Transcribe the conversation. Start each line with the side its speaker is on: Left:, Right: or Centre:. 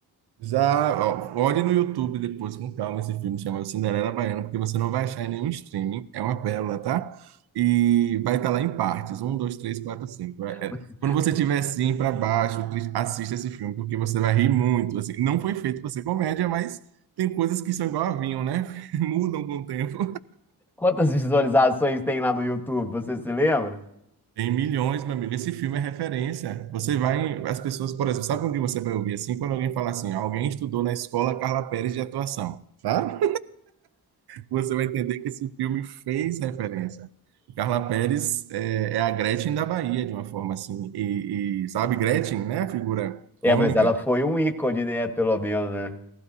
Right: Já, ó, olhe no YouTube depois com calma esse filme chamado Cinderela Baiana, porque você não vai achar em nenhum streaming, é uma pérola, tá? E vai estar lá em partes, um, dois, três, quatro, cinco. É- é-
Centre: <laughs>
Right: Quando você estiver assim para baixo, tri- assista esse filme, porque você vai rir muito. Assim, não foi feito para ser comédia, mas tem coisas que são igual a vinho, né? <laughs> Mudam com o tempo.
Centre: Quantas visualizações tem lá no YouTube, você se lembra?
Right: Tem milhões, meu amigo. Esse filme é referência. Você vai, em- as pessoas, por exemplo, sabe onde você vai ouvir assim? Quando alguém fala assim, alguém estudou na escola Carla Pérez de atuação. Tá? Você vai entender que esse filme fez referência. Carla Perez é, é a Gretchen da Bahia, de uma forma assim. E, e, sabe, Gretchen, né? A figura
Centre: É,
Right: cômica.
Centre: mas ela foi um ícone, né? Pelo menos,